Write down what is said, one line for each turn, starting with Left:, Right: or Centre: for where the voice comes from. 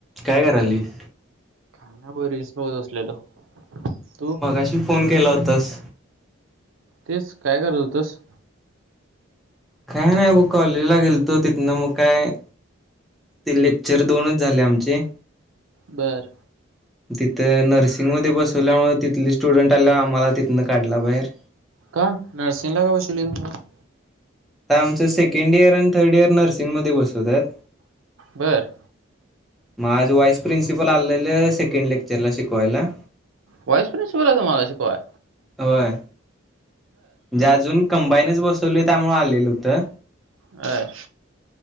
Centre: काय करालीस?
Right: काय नाय ब रेस बघत बसलेलो. तू?
Centre: मगाशी, फोन केला होतास?
Right: तेच, काय करत होतास?
Centre: काय नाही बघ, कॉलेजला गेलतो तिथनं मग काय ते लेक्चर, दोनच झाले आमचे
Right: बरं
Centre: तिथं नर्सिंगमध्ये बसवल्यामुळ, तिथले स्टुडंट आल्यावर, आम्हाला तिथनं काढला बाहेर.
Right: का नरसिंगला का बशिवले तुम्हाला?
Centre: आमचं सेकंड इयर आणि थर्ड इयर नर्सिंगमध्ये बसवतात.
Right: बर
Centre: म आज वाइस प्रिन्सिपल आलेलं सेकंड लेक्चरला शिकवायला.
Right: वाईस प्रिंसिपल आलं तुम्हाला शिकवाय?
Centre: व्हय, जे अजून कंबाईनच बसवले त्यामुळे आलेलं होतं.
Right: बर.